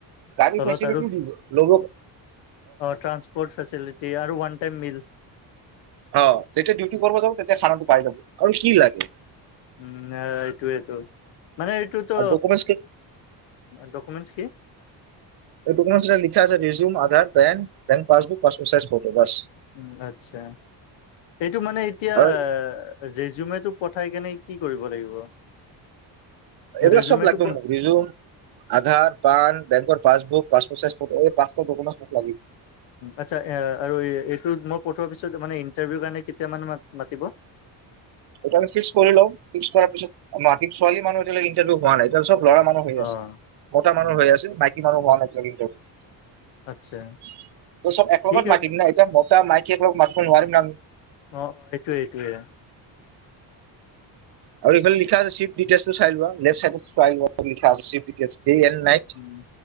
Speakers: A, on the right; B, on the left.
A: গাড়ী
B: তলত
A: ফেচিলিটি
B: আৰু
A: দিব ল'ব।
B: অ' ট্ৰানসপ'ৰ্ট ফেচিলিটি আৰু ওৱান টাইম মিল।
A: অ' যেতিয়া ডিউটি কৰব যাব তেতিয়া খানাটো পাই যাব। আৰু কি লাগে
B: উ'ম এইটোৱেটো। মানে এইটোতো
A: আৰু ডকুমেণ্টছ
B: ডকুমণ্ট কি?
A: ডকুমেণ্টছ লিখা আছে resume Aadhaar PAN passbook, passport size photo. বাছ
B: উ'ম আচ্ছা, এইটো মানে এতিয়া
A: আৰু
B: ৰেজিওমেটো পঠাই কেনে কি কৰিব লাগিব?
A: এইবিলাক
B: ৰেজুমেটো
A: চব লাগিব
B: প
A: মোক ৰিজুম আধাৰ পান বেংকৰ পাছবুক। পাঁচ পট চাইজ ফটো এই পাঁটা দোকমেন ফটো লাগি
B: আচ্ছা আৰু এইটো মই পঠোৱাৰ পিছত মানে ইণ্টাৰভিউ কাৰণে কেতিয়া মানুহ মাতিব।
A: টো ফিক্স কৰি লওঁ ফিক্স কৰাৰ পিছত মাতিম। ছোৱালী মানুহৰ এতিয়ালৈকে ইন্টাৰভিউ হোৱা এতিয়া চব লৰা মানুহ হৈ
B: অ',
A: আছে। মতা মানুহ
B: উম,
A: হৈ আছে মাইকী মানুহ হোৱা নাই। লগ ইন কৰি
B: আচ্ছা
A: তই চব এক
B: ঠিক
A: লগত
B: আছে
A: মাতিম না এতিয়া মতা নাই। কে মাত ব নোৱাৰিম না আমি
B: অ অ এইটোয়ে এইটোয়ে
A: আৰু এইফালে লিখা আছে চিপ দিতেলছটো চাই লোৱা। লেফ্ট চাইড লিখ আছে shift details day and night
B: um,